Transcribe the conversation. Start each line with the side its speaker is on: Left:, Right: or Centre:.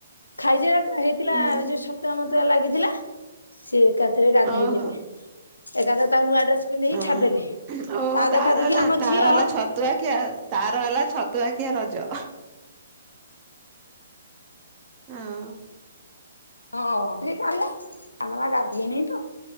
Left: ଖାଇଜା ହେଇଥିଲା
Right: ଉଁ ହୁଁ
Left: ଯୋଉ ଛତୁଆ ମ ମତୁଆ ଲାଗିଥିଲା, ସିଏ ଏକାଥରେ ଗାଧେଇଦେଲି।
Right: ଓହୋ
Left: ଏକାଥରେ ତାକୁ ନୂଆ ଡ୍ରେସ ପିନ୍ଧେଇକି
Right: ଓହୋ
Left: ଛାଡିଦେଲି।
Right: ଓହୋ
Left: ତା
Right: ତାର
Left: ଦେଖା ଦେଖି
Right: ହେଲା
Left: ଆମ
Right: ତାର
Left: ଝିଅ
Right: ହେଲା ଛତୁଆଖିଆ ତାର ହେଲା ଛତୁଆଖିଆ ରଜ। ହଁ।
Left: ହଁ <unintelligible> ସାନମା ଗାଧୋଇନି ତ